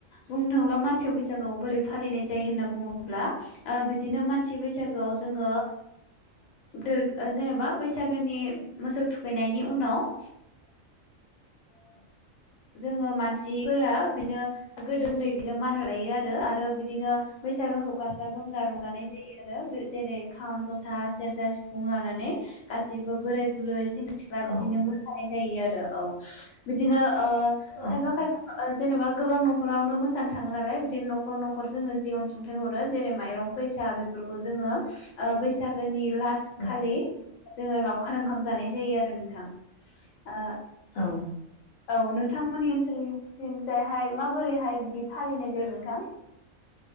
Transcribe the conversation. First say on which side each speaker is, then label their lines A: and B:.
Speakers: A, on the left (about 70°); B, on the left (about 80°).
A: बुंनो थाङोब्ला मानसियाव बैसागुखौ बोरै फालिनाय जायो होनना बुङोब्ला। बिदिनो मानसि बैसागोआव जोङो जेनेबा बैसागोनि मोसौ थुखैनायनि उनाव जोङो माने फोरा बिनो <unintelligible> आरो बिदिनो बैसागोखौ गाजा गोमजा रंजानाय जायो। आरो बे जेरै खाम, जथा, सेरजा, सिफुं लानानै गासिबो बोराय बुरै सेंग्रा सिख्ला
B: औ
A: बिदिनो मोसानाय जायो आरो औ, बिदिनो ओ
B: औ
A: खायफा खायफा ओ जेन'बा गोबां न'खरावनो मोसानो थाङो नालाय बिदिनो न'खर न'खर जोंनो जि अनसुंथाइ हरो जेरै माइरं फैसा सा बेफोरखौ जोङो ओ बैसागोनि लास खालि
B: औ
A: जोङो लावखार ओंखाम जानाय जायो आरो नोंथां। ओ
B: औ
A: औ नोंथांमोननि ओनसोल थिंजायहाय माबोरैहाय बिदि फालिनाय जायो नोंथां? <inaudible>